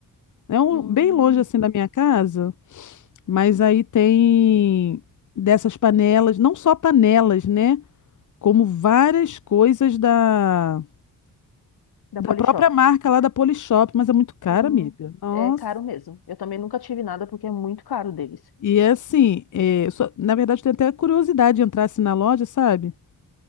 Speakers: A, on the left; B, on the left.
A: É um,
B: Hum,
A: bem longe assim da minha casa, mas aí tem dessas panelas, não só panelas, né? Como várias coisas da
B: da
A: Da
B: Polishop.
A: própria marca lá da Polishop, mas é muito cara,
B: Hum,
A: amiga. Nossa.
B: é caro mesmo. Eu também nunca tive nada porque é muito caro deles.
A: E é assim, é, eu só- na verdade, eu tenho até curiosidade de entrar assim na loja, sabe?